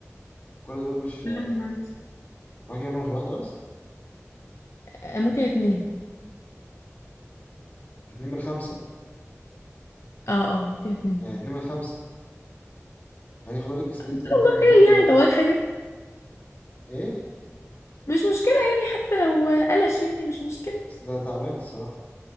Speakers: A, on the left; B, on the left.
A: كل دول مش
B: نعم، عادي.
A: باقي منهم غير واحدة بس
B: آه، ممكن اتنين
A: اتنين من خمسة
B: اه اه ممكن اتنين
A: يعني اتنين من خمسة يعني فاضل لك اسمين
B: ان
A: تانيين
B: شاء الله
A: غير
B: خير
A: رامي جمال
B: يعني طب وراك حاجه
A: ايه
B: مش مشكله يعني حتى لو قلش يعني مش مشكله
A: بس ده تعبان الصراحة